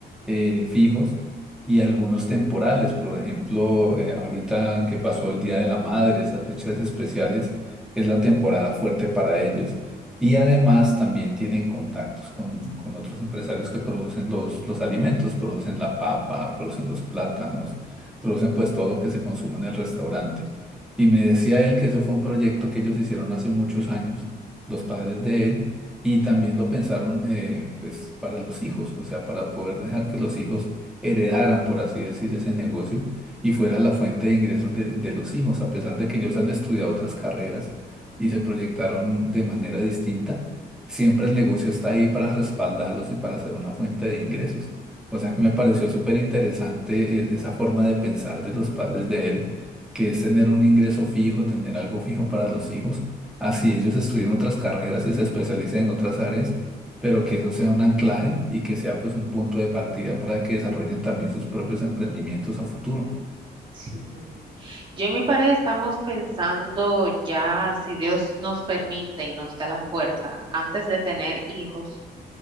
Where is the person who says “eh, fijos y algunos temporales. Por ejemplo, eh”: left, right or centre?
Centre